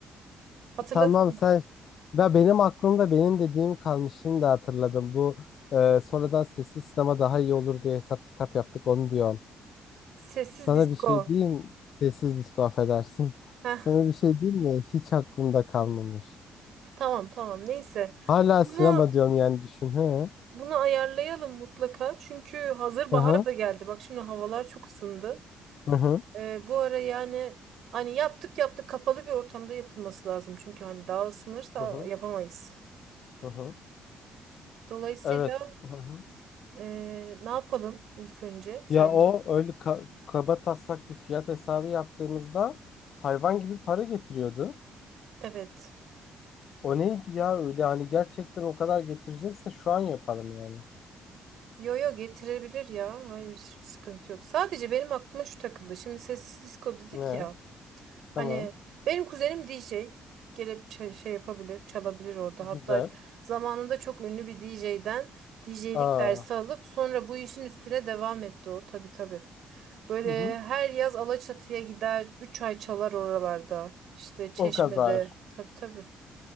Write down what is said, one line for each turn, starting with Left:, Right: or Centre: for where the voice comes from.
Right: Hatırladın
Left: tamam
Right: mı?
Left: sen. Ben benim aklımda benim dediğim kalmış. Şimdi hatırladım. Bu e, sonradan sessiz sinema daha iyi olur diye hesap kitap yaptık. Onu diyorsun.
Right: Sessiz
Left: Sana
Right: disco.
Left: bir şey diyeyim. Sessiz disko affedersin. <laughs>
Right: Heh,
Left: Sana bir şey diyeyim mi? Hiç aklımda kalmamış.
Right: tamam tamam. Neyse.
Left: Hala
Right: Bunu
Left: sinema diyorum yani düşün. He.
Right: bunu ayarlayalım mutlaka. Çünkü hazır bahar
Left: Hı hı
Right: da geldi. Bak şimdi havalar çok ısındı.
Left: hı hı
Right: Ee, bu ara yani hani yaptık yaptık kapalı bir ortamda yapılması lazım. Çünkü hani daha ısınırsa
Left: hı hı.
Right: yapamayız.
Left: hı hı.
Right: Dolayısıyla
Left: Evet. Hı hı.
Right: e, ne yapalım ilk önce sence?
Left: Ya o öyle ka- kaba taslak bir fiyat hesabı yaptığımızda hayvan gibi para getiriyordu.
Right: Evet.
Left: O neydi ya öyle hani gerçekten o kadar getirecekse şu an yapalım yani.
Right: Yo yo getirebilir ya. Hayır hiçbir sıkıntı yok. Sadece benim aklıma şu takıldı. Şimdi sessiz disco dedik
Left: Ne?
Right: ya. Hani
Left: Tamam.
Right: benim kuzenim DJ. Gelip ça- şey yapabilir, çalabilir orada.
Left: Güzel.
Right: Hatta zamanında çok ünlü bir DJ'den DJ'lik
Left: Aa.
Right: dersi alıp sonra bu işin üstüne devam etti o. Tabii tabii. Böyle
Left: Hı hı.
Right: her yaz Alaçatı'ya gider, 3 ay çalar oralarda. İşte Çeşme'de.
Left: O kadar.
Right: Tabii tabii.